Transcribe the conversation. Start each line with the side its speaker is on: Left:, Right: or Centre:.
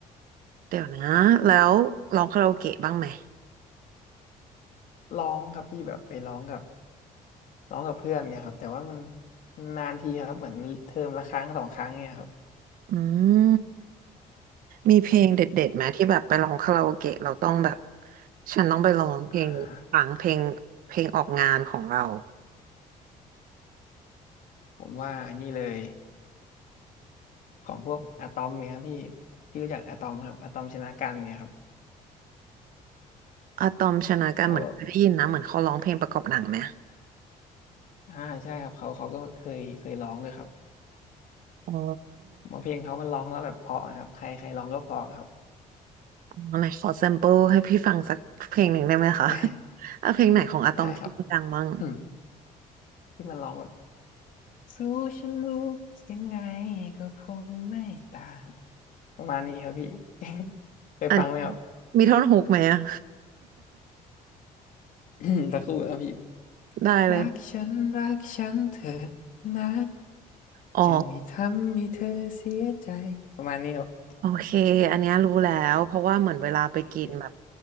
Right: เดี๋ยวนะแล้วร้องคาราโอเกะบ้างไหม
Left: ร้องครับพี่แบบไปร้องกับร้องกับเพื่อนเนี่ยครับแต่ว่ามันนานทีครับเหมือนเทอมละครั้งสองครั้งเนี่ยครับ
Right: อืม มีเพลงเด็ดๆไหมที่แบบไปร้องคาราโอเกะเราต้องแบบฉันต้องไปร้องเพลงนี้ฟังเพลงเพลงออกงานของเรา
Left: อ่าผมว่านี่เลยของพวกอะตอมเนี่ยครับพี่พี่รู้จักอะตอมครับอะตอมชนะกันเนี่ยครับ
Right: อะตอมชนะกันเหมือนเคยได้ยินนะเหมือนเขาร้องเพลงประกอบหนังไหม
Left: เขาแบบ อ่าใช่ครับเขาเขาก็เคยเคยร้องด้วยครับ
Right: อ๋อ
Left: ผมว่าเพลงเขามันร้องแล้วแบบเพราะนะครับใครใครร้องก็เพราะครับ
Right: อ๋อไหนขอแซมเปิลให้พี่ฟังสักเพลงหนึ่งได้ไหมคะ
Left: <laughs> ได้
Right: <laughs> อ่ะเพลงไหนของอะตอมที่ดังบ้าง
Left: ได้ครับอืมที่มันร้องแบบรู้ฉันรู้ยังไงก็คงไม่ต่างประมาณนี้ครับพี่ <laughs> เคยฟังไหมครับ
Right: อันมีท่อนฮุกไหมอะ
Left: <clears throat> สักครู่นะครับพี่
Right: <laughs> ได้เลย
Left: รักฉันรักฉันเธอะนะ
Right: อ๋อ
Left: จะไม่ทำให้เธอเสียใจประมาณนี้ครับ
Right: โอเค อันเนี้ยรู้แล้ว เพราะว่าเหมือนเวลาไปกินแบบ
Left: โอเค